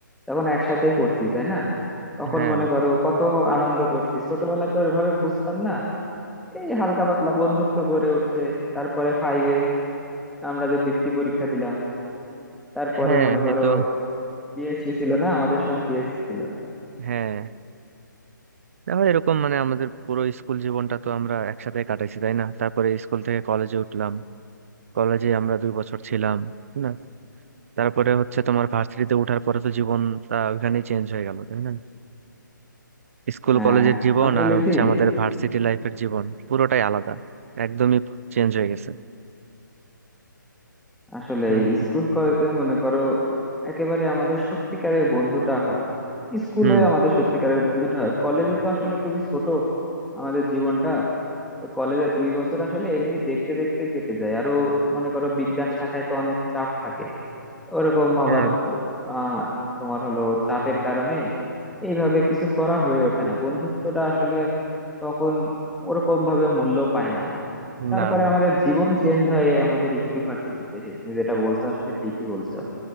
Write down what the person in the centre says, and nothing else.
তখন একসাথেই পড়ছি তাই না তখন
মনে করো কত আনন্দ করছি ছোটবেলায় তো ওইভাবে বুঝতাম না এই হালকা পাতলা বন্ধুত্ব গড়ে উঠছে তারপরে ফাইভে আমরা যে বৃত্তি পরীক্ষা দিলাম তারপরে
মনে করো
পিএসসি ছিল না আমাদের সময় পিএসসি ছিল
হ্যাঁ
আসলে
কি
আসলে
স্কুল কলেজে মনে করো একেবারে আমাদের সত্যিকারের বন্ধুটা হয় স্কুলে
আমাদের সত্যিকারের বন্ধুটা হয় কলেজে তো আসলে খুবই ছোট আমাদের জীবনটা তো কলেজের দুই বছর আসলে এমনি দেখতে দেখতে কেটে যায় আরো মনে করো বিজ্ঞান শাখায় তো অনেক চাপ থাকে ওরকম
আবার আহ তোমার হলো চাপের কারণে এইভাবে কিছু করা হয়ে ওঠে না বন্ধুত্বটা আসলে তখন ওরকম ভাবে মূল্য পায় না তারপরে
আমাদের জীবন চেঞ্জ হয় এই আমাদের ইউনিভার্সিটিতে এসে তুমি যেটা বলছো আসলে ঠিকই বলছো